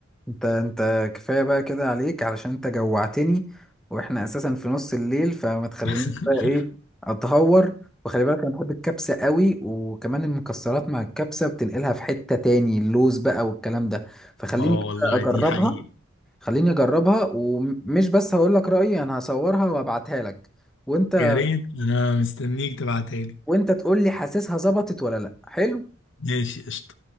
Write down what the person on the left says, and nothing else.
<laughs>
اه
والله
دي حقيقة
يا ريت انا مستنيك تبعتها لي
ماشي قشطة